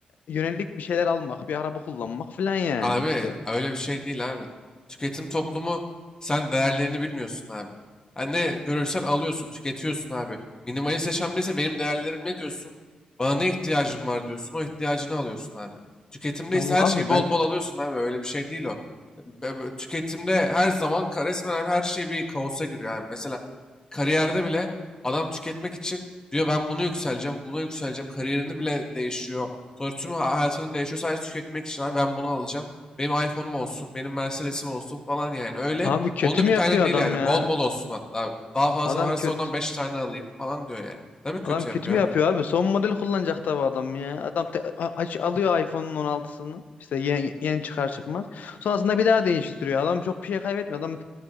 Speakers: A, on the left; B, on the left.
A: yönelik bir şeyler almak, bir araba kullanmak falan yani
B: Abi
A: işte.
B: öyle bir şey değil abi. Tüketim toplumu sen değerlerini bilmiyorsun abi. Yani ne görürsen alıyorsun, tüketiyorsun abi. Minimalist yaşamdaysa benim değerlerim ne diyorsun? Bana ne ihtiyacım var diyorsun, o ihtiyacını alıyorsun abi. Tüketimdeyse
A: Tamam
B: her
A: abi
B: şeyi bol
A: ben
B: bol alıyorsun abi. Öyle bir şey değil o. Be- be- Tüketimde her zaman ka- resmen abi her şey bir kaosa giriyor abi. Mesela kariyerde bile adam tüketmek için diyor ben bunu yükseleceğim, buna yükseleceğim. Kariyerini bile değişiyor. Sonra tüm hayatının değişiyor sadece tüketmek için abi ben bunu alacağım. Benim iPhone'um olsun, benim Mercedes'im olsun falan yani öyle.
A: abi kötü
B: Onun da
A: mü
B: bir tane
A: yapıyor
B: değil
A: adam
B: yani
A: ya?
B: bol bol olsun hatta abi. Daha fazla
A: Adam
B: varsa
A: kötü
B: ondan 5 tane alayım falan diyor yani. Tabii kötü
A: adam kötü
B: yapıyor
A: mü
B: abi.
A: yapıyor abi? Son model kullanacak tabii adam ya. Adam te- a- aç alıyor iPhone'un 16'sını. İşte yeni, yeni çıkar çıkmaz. Sonrasında bir daha değiştiriyor. Adam çok bir şey kaybetmiyor. Adam